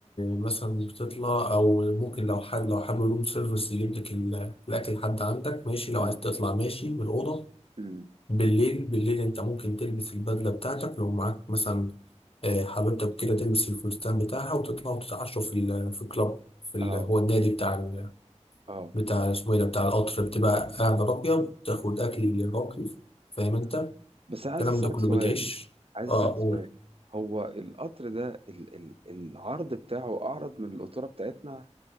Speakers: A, on the left; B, on the right.
A: مثلا مش بتطلع او ممكن لو حد لو حابب روم سيرفيس يجيب لك ال- الاكل لحد عندك ماشي لو
B: امم
A: عايز تطلع ماشي من الاوضه
B: امم
A: بالليل بالليل انت ممكن تلبس البدله بتاعتك لو معاك مثلا آه، حبيبتك كده تلبس الفستان بتاعها وتطلعوا تتعشوا في ال- في الكلاب في ال-
B: اه
A: هو النادي بتاع ال-
B: اه
A: بتاع اسمه ايه ده بتاع القطر بتبقى قاعده راقيه بتاخد اكل
B: آه.
A: راقي فاهم انت
B: مم. بس انا
A: الكلام
B: عايز اسالك
A: ده كله
B: سؤال
A: بتعيش
B: عايز
A: اه
B: اسالك
A: قول
B: سؤال هو القطر ده ال ال العرض بتاعه اعرض من القطوره بتاعتنا